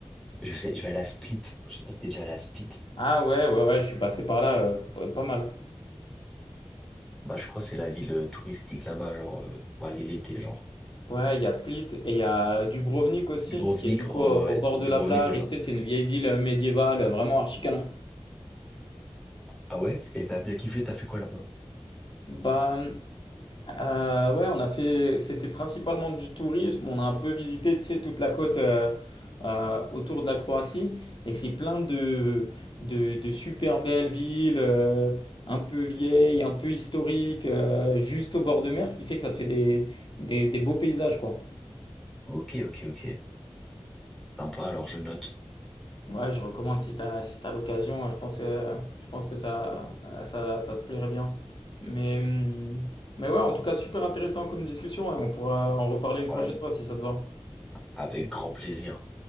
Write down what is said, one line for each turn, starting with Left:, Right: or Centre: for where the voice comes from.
Centre: Je vais, je vais aller à Split. Je sais pas si t'es déjà allé à Split.
Left: Ah ouais, ouais, ouais, je suis passé par là, euh, p- pas mal.
Centre: Bah, je crois que c'est la ville euh, touristique là-bas, genre, euh, pour aller l'été, genre.
Left: Ouais, il y a Split et il y a Dubrovnik aussi,
Centre: Dubrovnik,
Left: qui est du
Centre: oh,
Left: coup au
Centre: ouais.
Left: au bord
Centre: Dubrovnik,
Left: de la plage.
Centre: ouais, j'entends.
Left: Et tu sais, c'est
Centre: je-
Left: une vieille ville euh, médiévale, euh, vraiment archi canon.
Centre: Ah ouais? Et t'as bien kiffé, t'as fait quoi là-bas?
Left: Bah euh, ouais, on a fait, c'était principalement du tourisme. On a un peu visité, tu sais, toute la côte euh, euh, autour de la Croatie. Et c'est plein de, de, de super belles villes, euh, un peu vieilles, un peu historiques, euh, juste au bord de mer, ce qui fait que ça te fait des, des, des beaux paysages, quoi.
Centre: Ok, ok, ok. Sympa, alors je note.
Left: Ouais, je recommande si tu as, si t'as l'occasion, je pense que, je pense que ça, ça, ça te plairait bien. Mais, hum, mais ouais, en tout cas, super intéressant comme discussion et on pourra en reparler une
Centre: Ouais,
Left: prochaine fois si ça te va.
Centre: avec grand plaisir.